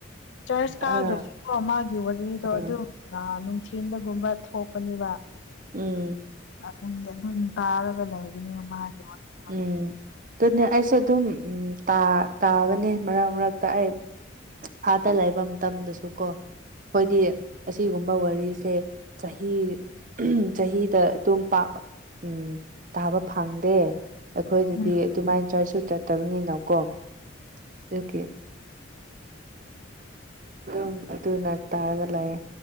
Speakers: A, on the left; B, on the right.
A: ꯆꯔꯁ ꯀꯥꯗ꯭ꯔꯁꯨꯀꯣ
B: ꯑꯥ
A: ꯃꯥꯒꯤ ꯋꯥꯔꯤꯗꯣ
B: ꯎꯝ
A: ꯑꯗꯨꯝ ꯑꯥ ꯅꯨꯡꯊꯤꯟꯗꯒꯨꯝꯕ ꯊꯣꯛꯄꯅꯦꯕ
B: ꯎꯝ
A: ꯑꯗꯨ ꯑꯗꯨꯝ ꯇꯥꯔꯒ ꯂꯩꯗꯨꯅꯤ ꯃꯥꯒꯤ ꯋꯥꯔꯤꯗꯣ
B: ꯎꯝ ꯑꯗꯨꯅꯦ ꯑꯩꯁꯨ ꯑꯗꯨꯝ ꯇꯥ ꯇꯥꯕꯅꯦ ꯃꯔꯛ ꯃꯔꯛꯇ ꯑꯩ ꯑꯥꯗ ꯂꯩꯕ ꯃꯇꯝꯗꯁꯨ ꯀꯣ ꯑꯩꯈꯣꯏꯗꯤ
A: ꯑꯣ
B: ꯑꯁꯤꯒꯨꯝꯕ ꯋꯥꯔꯤꯁꯦ ꯆꯍꯤ ꯆꯍꯤꯗ ꯑꯗꯨꯝ ꯄꯥ ꯎꯝ ꯇꯥꯕ ꯐꯪꯗꯦ ꯑꯩꯈꯣꯏꯗꯗꯤ
A: ꯎꯝ
B: ꯑꯗꯨꯃꯥꯏꯅ ꯆꯔꯆꯁꯨ ꯆꯠꯇꯕꯅꯤꯅꯀꯣ ꯑꯣꯀꯦ ꯎꯝ ꯑꯗꯨ ꯅꯠꯇꯒꯂꯑꯦ